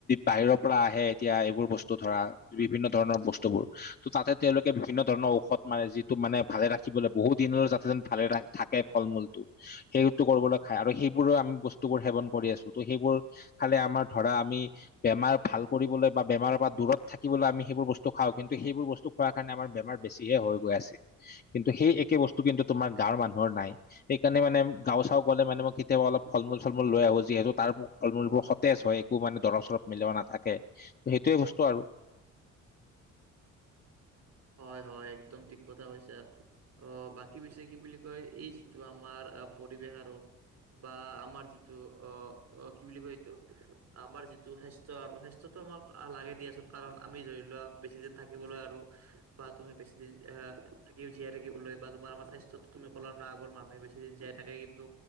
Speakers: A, on the left; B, on the right.
A: বাহিৰৰ পৰা আহে এতিয়া এইবোৰ বস্তু ধৰা। বিভিন্ন ধৰণৰ বস্তুবোৰ। ত' তাতে তেওঁলোকে বিভিন্ন ধৰণৰ ঔষধ মানে যি টো মানে ভালে ৰাখিবলৈ বহুত দিনৰ যাতে যেন ভালে থাকে ফল মূলটো সেইটো কৰিবলৈ খাই আৰু সেইবোৰো আমি বস্তুবোৰ সেৱন কৰি আছোঁ। ত' সেইবোৰ খালে আমাৰ ধৰা আমি বেমাৰ ভাল কৰিবলৈ বা বেমাৰৰ পৰা দূৰত থাকিবলৈ আমি সেইবোৰ বস্তু খাওঁ। কিন্তু সেইবোৰ বস্তু খোৱা কাৰণে আমাৰ বেমাৰ বেছিহে হৈ গৈ আছে। কিন্তু সেই একে বস্তু কিন্তু তোমাৰ গাঁৱৰ মানুহৰ নাই। সেইকাৰণে মানে গাওঁ চাওঁ গ'লে মানে মই কেতিয়াবা অলপ ফলমূল চলমূল লৈ আহো যিহেতু তাৰ ফল মূলবোৰ স সতেজ হয় একো মানে দৰৱ চৰৱ মিলোৱা নাথাকে সেইটোৱে বস্তু আৰু
B: হয় হয় একদম ঠিক কথা কৈছা। অ বাকী পিছে কি বুলি কয় এই যিটো আমাৰ আ পৰিৱেশ আৰু বা আমাৰ যিটো অ অ কি বুলি কয় এইটো আমাৰ যিটো স্বাস্থ্য আৰু স্বাস্থ্যটো আমাক লাগে দিয়াচোন কাৰণ আমি ধৰি লোৱা বেছি দিন থাকিবলৈ আৰু বা তুমি বেছিদিন এ থাকিব জীয়াই থাকিবলৈ বা তোমাৰ আমাৰ স্বাস্থ্যটো তুমি ক'লা না আগৰ মানুহে বেছি জীয়াই থাকে কিন্তু।